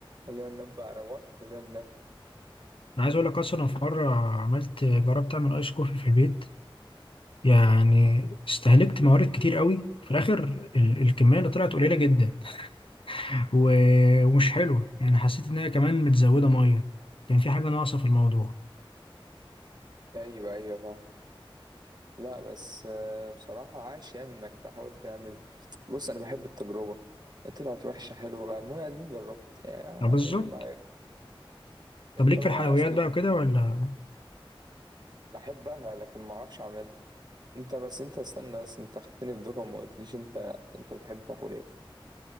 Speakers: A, on the right; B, on the left.
A: خلينا ننام بقى انا جوعت خلينا ننام
B: انا عايز اقول لك اصلا أنا في مره عملت جربت اعمل ايس كوفي في البيت يعني استهلكت موارد كتير قوي في الاخر ال-
A: <laughs>
B: الكميه اللي طلعت قليله جدا <laughs> و- ومش حلوه يعني حسيت ان هي كمان متزوده ميه كان في حاجه ناقصه في الموضوع
A: ايوه ايوه فاهم لا بس آه، بصراحة عاش يعني انك تحاول تعمل بص انا بحب التجربة طلعت وحشة حلوة بقى المهم اديني جربت يعني
B: آه، بالظبط
A: إيه اللي هي-
B: طب
A: انت
B: ليك
A: بقى
B: في الحلويات
A: اصلا
B: بقى وكده ولا
A: بحبها لكن ما اعرفش اعملها انت بس انت استنى بس انت خدتني في دوكا وما قلتليش انت انت بتحب تاكل ايه